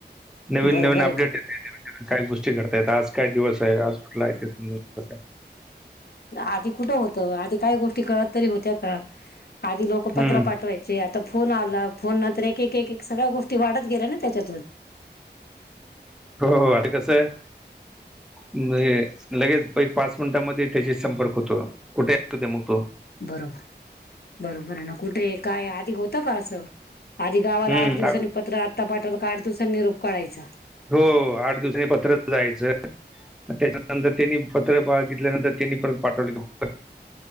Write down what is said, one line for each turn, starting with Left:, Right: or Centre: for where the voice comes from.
Centre: नविन
Left: बरोबर
Centre: नवीन अपडेट
Left: आहे ना
Centre: काय गोष्टी घडतायेत? आज काय दिवस आहे? आज कुठला तेे समजून जात.
Left: आधी कुठं होतं. आधी काय गोष्टी कळत तरी होत्या का? आधी लोक पत्र
Centre: हम्म
Left: पाठवाय चे. आता फोन आला. फोन नंतर एक एक एक सगळ्या गोष्टी वाढत गेल्या ना त्याच्यातून.
Centre: हो, हो आधी कसं? म्हजे, लगेच पाच मिनिटामध्ये त्याचा संपर्क होतो. कुठे <unintelligible> मग तो?
Left: बरोबर, बरोबर आहे ना. कुठे, काय आधी होतं का असं? आधी गावाला,
Centre: हम्म
Left: आठ दिवसांनी
Centre: आ-
Left: पत्र आत्ता पाठवल का आठ दिवसांनी निरोप कळायचा.
Centre: हो, आठ दिवसांनी पत्रच जायचं. त्याच्यानंतर त्यांनी पत्र बघिल्यानंतर त्यांनी परत पाठवलेल उत्तर